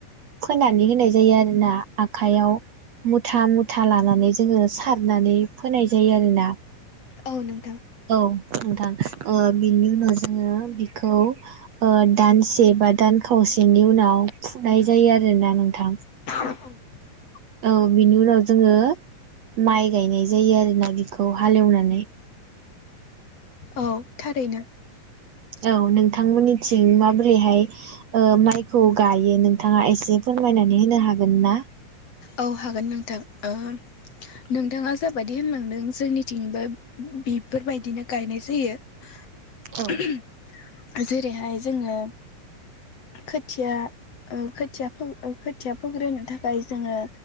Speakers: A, on the right (about 60°); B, on the left (about 45°).
A: फोनानै होनाय जायो आरोना आखाइयाव मुथा मुथा लानानै जोङो सारनानै फोनाय जायो आरोना।
B: औ नोंथां ।
A: औ नोंथां ओ बिनि उनाव जोङो बिखौ ओ दानसे बा दान खावसेनि उनाव फुनाय जायो आरोना नोंथां।
B: <inaudible>
A: औ बिनि उनाव जोङो माइ गायनाय जायो आरो ना बिखौ हालेवनानै।
B: औ थारैनो ।
A: औ नोंथांमोननिथिं माबोरैहाय ओ माइखौ गायो नोंथाङा एसे फोरमायनानै होनो हागोन ना?
B: औ हागोन नोंथां ओ नोंथाङा <unintelligible> होनलांदों जोंनिथिंबो बिफोरबाय दिनो गायनाय जायो
A: औ
B: <inaudible> जेरैहाय जोङो खोथिया ओ खोथिया फो ओ खोथिया फोग्रोनो थाखाय जोङो